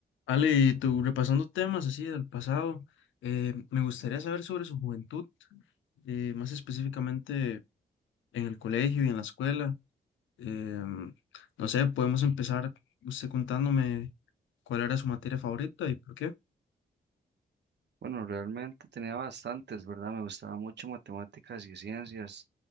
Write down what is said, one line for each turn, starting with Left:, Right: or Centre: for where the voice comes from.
Left: Ale, y tú, repasando temas así del pasado, eh, me gustaría saber sobre su juventud, eh, más específicamente en el colegio y en la escuela. Em, no sé, podemos empezar usted contándome cuál era su materia favorita y por qué.
Right: Bueno, realmente tenía bastantes, ¿verdad? Me gustaba mucho matemáticas y ciencias